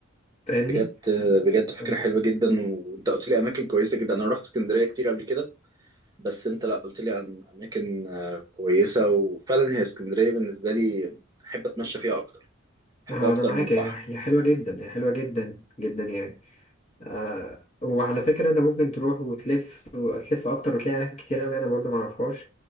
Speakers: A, on the left (about 35°); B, on the right (about 20°).
A: فاهمني
B: بجد آه، بجد فكرة
A: آه،
B: حلوة جدا وأنت قلت لي أماكن كويسة جدا أنا رحت اسكندرية كتير قبل كده بس أنت لا قلت لي عن أماكن آه، كويسة وفعلا هي اسكندرية بالنسبة لي أحب أتمشى فيها أكتر أحبها
A: آه،
B: أكتر
A: أنا معاك
B: من بحر
A: هي هي حلوة جدا هي حلوة جدا جدا يعني آه، وعلى فكرة أنت ممكن تروح وتلف وتلف أكتر وتلاقي أماكن كتير قوي أنا برضو معرفهاش